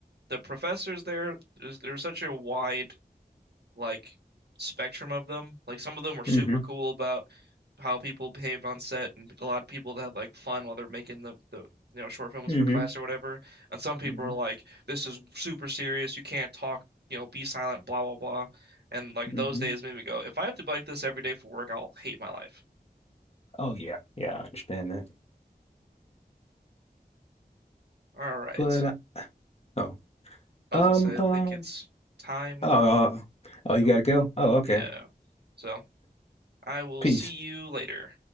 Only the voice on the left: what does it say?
Mm-hmm.
Mm-hmm.
hmm
hmm
Oh yeah, yeah, I understand that.
But uh, oh,
um,
um,
oh, uh, oh,
you
gotta go. Oh, okay.
Peace.